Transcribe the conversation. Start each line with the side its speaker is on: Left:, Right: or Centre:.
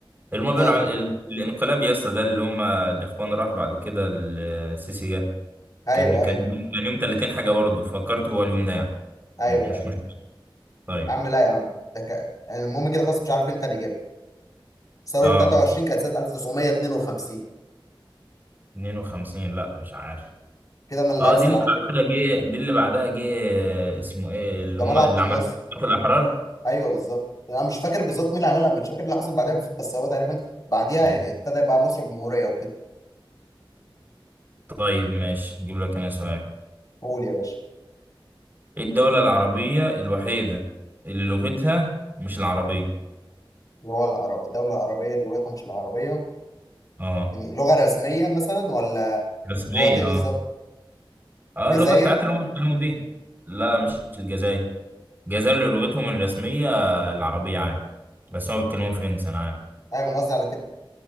Right: اللي هما بيقولوا
Left: فت-
Right: على ال- الانقلاب يا اسطى ده اللي هما الاخوان راحوا بعد كده ال- السيسي جه
Left: ايوه
Right: كان كان
Left: ايوه
Right: يوم- كان يوم 30 حاجة برضه فكرت هو اليوم ده يعني
Left: ايوه
Right: م- مش
Left: ايوه
Right: مش طيب
Left: يا عم لا يا عم ده ك... يعني المهم كده خلاص مش عارف انت اللي جاب ثوره
Right: اه
Left: 23 كانت سنه 1952
Right: 52 لا مش عارف
Left: كده انا اللي
Right: اه
Left: هكسب
Right: دي اللي
Left: على
Right: بعدها
Left: فكره
Right: جه دي اللي بعدها جه آه، اسمه ايه اللي
Left: جمال
Right: هم اللي
Left: عبد الناصر
Right: عملوا في الاحرار
Left: ايوه بالظبط انا مش فاكر بالظبط مين اللي عملها مش فاكر اللي حصل بعدها بس هو تقريبا بعديها
Right: مم.
Left: يعني ابتدى يبقى مصر جمهوريه وكده
Right: طيب ماشي اجيب لك انا سؤال
Left: قول يا باشا
Right: ايه الدولة العربية الوحيدة اللي لغتها مش العربية
Left: اللي هو العرب... الدوله العربيه اللي هي مش العربيه
Right: اه
Left: يعني لغه رسميه مثلا ولا
Right: الرسمية
Left: لغه ايه
Right: اه
Left: بالظبط
Right: اه
Left: الجزائر
Right: اللغة بتاعتها اللي هم بيتكلموا بيها لا مش الجزائر الجزائر اللي لغتهم الرسمية العربية عادي بس هم بيتكلموا فرنسي انا عارف
Left: ايوه انا قصدي على كده